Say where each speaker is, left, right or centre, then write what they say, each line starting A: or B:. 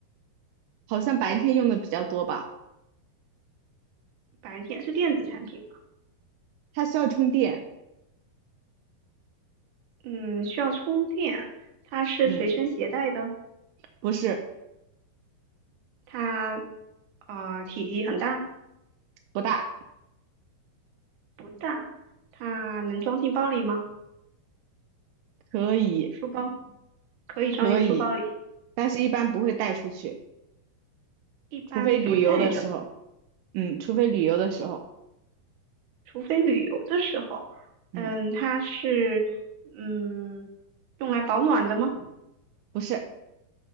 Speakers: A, on the right; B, on the right.
A: 好像白天用的比较多吧。
B: 白天是电子产品吗？
A: 它需要充电，
B: 嗯，需要充电，它是随身携带的，
A: 嗯，不是，
B: 它呃体积很大，
A: 不大，
B: 不大，它能装进包里吗？
A: 可以，
B: 书包可以装进书包里，
A: 可以，但是一般不会带出去，
B: 一般不带。
A: 除非旅游的时候，嗯，除非旅游的时候，
B: 除非旅游的时候，
A: 嗯，
B: 嗯，它是嗯用来保暖的吗？
A: 不是，